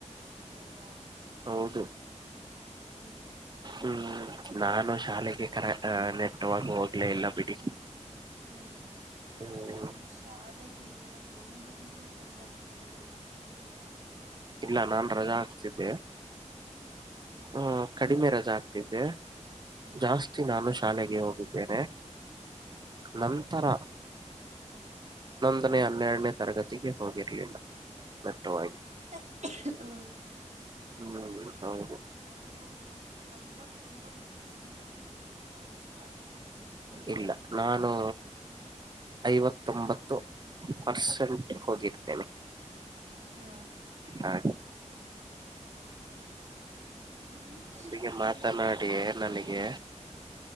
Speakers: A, on the right (about 65°); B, on the right (about 35°).
A: ಹೌದಾ
B: ಹೌದು.
A: ಹ್ಮ್
B: ಹ್ಮ್ ನಾನು ಶಾಲೆಗೆ ಕರೆ ನೆಟ್ಟವಾಗ ಹೋಗ್ಲೇ ಇಲ್ಲ ಬಿಡಿ.
A: ಹ್ಮ್
B: ಹ್ಮ್
A: ನಾನ್ ಶಾಲೆಗೆ ಒಂದು ದಿನವೂ ರಜೆ ಆಗ್ತ ಹಾಕ್ತಾ ಇರ್ಲಿಲ್ಲ.
B: ಇಲ್ಲ ನಾನ್
A: ನನ್
B: ರಜಾ ಹಾಕ್ತಿದ್ದೆ
A: ಹ್ಮ್
B: ಹ ಕಡಿಮೆ ರಜಾ ಹಾಕ್ತಿದ್ದೆ.
A: ಹ್ಮ್
B: ಜಾಸ್ತಿ ನಾನು ಶಾಲೆಗೆ ಹೋಗಿದ್ದೇನೆ ನಂತರ
A: ಹಾ
B: ಹತ್ತನೇ ಹನ್ನೆರಡನೇ ತರಗತಿಗೆ ಹೋಗಿರಲಿಲ್ಲ ದಟ್ಟವಾಗಿ
A: <inaudible> ಹ.
B: ಹ್ಮ್ ಹೌದ.
A: ನಾನು ತೊಂಬತ್ತೊಂಬತ್ತು ಪರ್ಸೆಂಟ್ ಹೋಗಿರ್ತೇನೆ ಕ ಶಾಲೆಗೆ.
B: ಇಲ್ಲ ನಾನು- ಐವತ್ತೊಂಬತ್ತು ಪರ್ಸೆಂಟ್ ಹೋಗಿರ್ತೇನೆ.
A: ಹಾ
B: ಹಾಗೆ
A: ನನಗೆ
B: ಇಲ್ಲಿಗೆ
A: ಶಾಲೆಯಲ್ಲಿ
B: ಮಾತನಾಡಿ ನನಗೆ